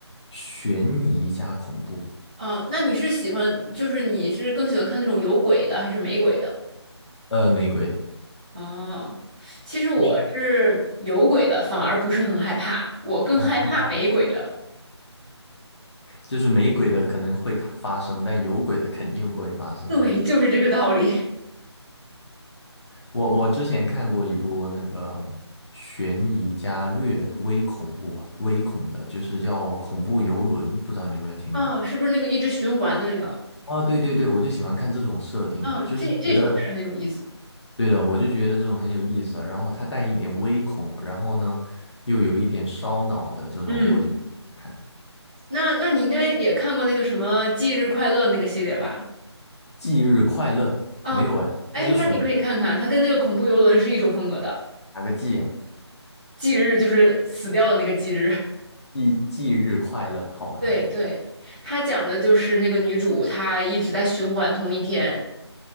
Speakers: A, on the left (about 70°); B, on the right (about 15°).
A: 悬疑加恐怖，
B: 啊，那你是喜欢，就是你是更喜欢看那种有鬼的还是没鬼的？
A: 呃，没鬼的，
B: 哦，其实我是有鬼的，
A: 就是
B: 反而不是很害怕，我更害怕没鬼的。
A: 啊，真的啊就是没鬼的可能会发生，但有鬼的肯定不会发生，
B: 对，
A: 对吧？
B: 就是这个道理。<laughs>
A: 我我之前看过一部那个悬疑加略微恐怖吧，微恐的，就是叫《恐怖游轮》，不知道你有没有听过？
B: 啊，是不是那个一直循环的那个？
A: 啊，对对对，我就喜欢看这种设定的，
B: 啊，
A: 就是我觉得
B: 这这种是很有意思。
A: 对的，我就觉得这种很有意思啊。然后它带一点微恐，然后呢又有一点烧脑的这种，
B: 嗯，
A: 我就看
B: 那那你应该也看过那个什么《忌日快乐》那个系列吧？
A: 《忌日快乐》没有哎，
B: 啊，哎，
A: 它就属于
B: 那你可以看看，它跟那个恐怖游轮是一种风格的。
A: 哪个忌啊？
B: 忌日就是死掉的那个忌日。
A: 忌忌日快乐，好吧好吧。
B: <laughs> 对对，它讲的就是那个女主她一直在循环同一天，